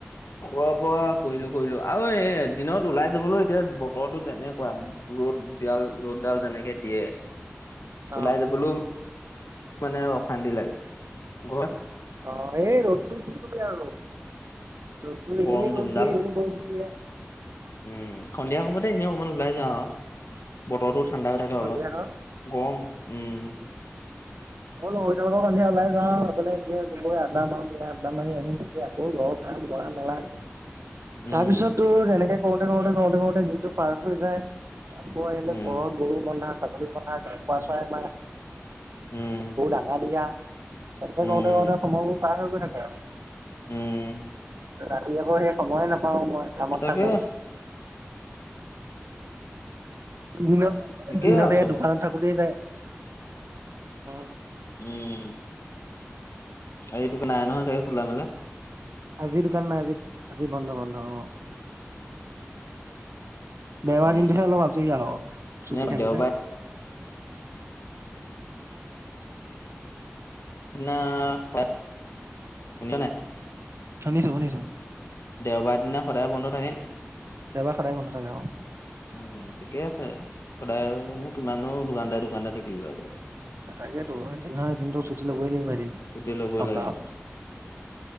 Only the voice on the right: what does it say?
অ
অ', এই ৰ'দটো কি কবি আৰু। তু
য়ে ৰদ
দিয়ে য়ে বৰষুণ দিয়ে।
সন্ধিয়া
ধৰ
অ লগৰ সন্ধিয়া ওলাই যাওঁ আচলতে এনে গৈ আড্ডা মাৰো দিয়া আড্ডা মাৰি আহিক আকৌ ঘৰত কাম। খোৱা মেলা
তাৰ পিছত তোৰ এনেকে কৰোতে কৰোতে কৰোতে কৰোতে দিনটো পাৰ হৈ যায় আকৌ আহিলে
ঘৰত গৰু বন্ধা ছাগলী বন্ধা খোৱা চাই আমাৰ।
গৰু দানা দিয়া তেনেকে
কৰওঁতে কৰওঁতে সময়বোৰ পাৰ হৈ গৈ থাকে আৰু।
ৰাতি আকৌ সে সময়ে নাপাও মই কামত
থাকো। দিনত
দিনতে
দোকানত থাকোতে যায়। উম
আজিৰ দোকান নাই। আজি, আজি বন্ধ, বন্ধ অ'। দেওবাৰ
দিনটোহে অলপ আজৰি আৰু ছুটি
থাকে
যে।
শুনিছো শুনিছো
দেওবাৰ সদায় বন্ধ থাকে অ।
তাকেতো এদিন নহয় এদিনতো ছুটি ল'বই লাগিব এদিন,
সপ্তাহত।